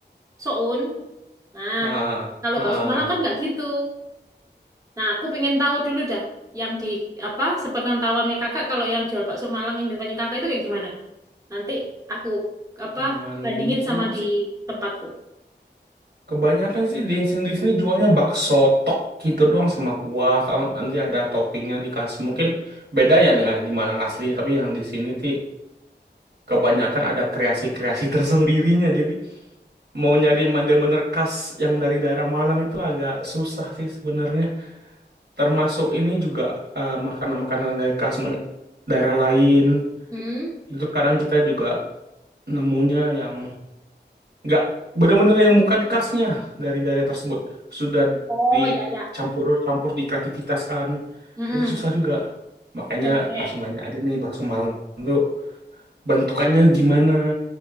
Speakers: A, on the right; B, on the right.
A: soun nah
B: ah
A: kalau
B: ah ah.
A: bakso Malang kan nggak gitu nah aku pengen tahu dulu dah yang di apa sepengetahuannya kakak kalau yang jual bakso Malang yang di tempatnya kakak itu kayak gimana nanti aku apa
B: cuman
A: bandingin
B: ini
A: sama
B: doang
A: di
B: sih
A: tempatku
B: kebanyakan sih di sini di sini jualnya bakso tok gitu doang sama kuah sama nanti ada toppingnya dikasih mungkin beda ya dengan di Malang asli tapi yang di sini sih kebanyakan ada kreasi-kreasi <laughs> tersendirinya. Jadi mau nyari bener-bener khas yang dari daerah Malang itu agak susah sih sebenarnya. Termasuk ini juga eh, makanan-makanan dari khas me- daerah lain.
A: Mm-mm.
B: Itu kadang kita juga nemunya yang nggak bener-bener yang bukan khasnya dari daerah tersebut. Sudah
A: oh
B: dicampur-campur
A: ya ya
B: dikreativitaskan.
A: Mm-mm.
B: Jadi susah juga. Makanya
A: oke oke
B: langsung nanya aja nih bakso Malang itu bentukannya gimana?